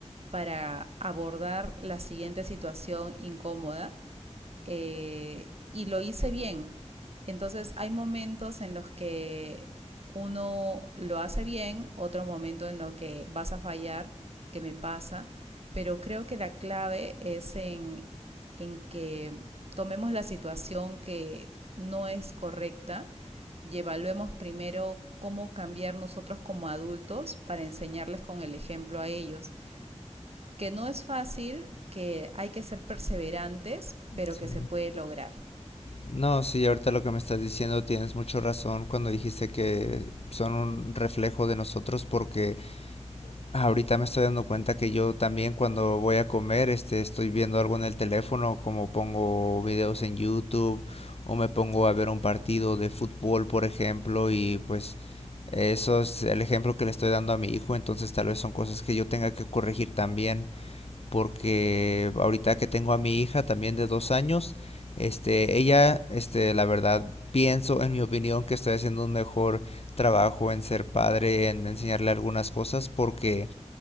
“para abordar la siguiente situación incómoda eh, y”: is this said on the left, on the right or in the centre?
Right